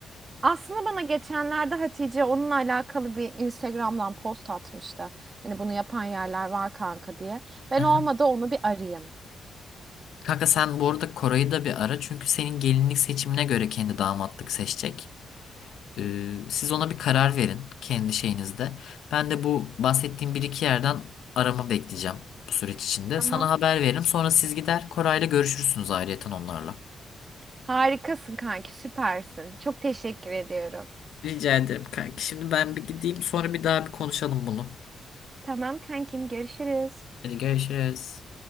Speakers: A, on the right; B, on the left.
A: Aslında bana geçenlerde Hatice onunla alakalı bir Instagram'dan post atmıştı. Hani bunu yapan yerler var kanka diye. Ben
B: Aha.
A: olmadı onu bir arayayım.
B: Kanka sen bu arada Koray'ı da bir ara çünkü senin gelinlik seçimine göre kendi damatlık seçecek. Ee, siz ona bir karar verin kendi şeyinizde. Ben de bu bahsettiğim bir iki yerden arama bekleyeceğim bu süreç içinde.
A: Tamam.
B: Sana haber veririm sonra siz gider Koray'la görüşürsünüz ayrıyeten onlarla.
A: Harikasın kanki, süpersin. Çok teşekkür ediyorum.
B: Rica ederim kanki. Şimdi ben bir gideyim sonra bir daha bir konuşalım bunu.
A: Tamam kankim, görüşürüz.
B: Hadi görüşürüz.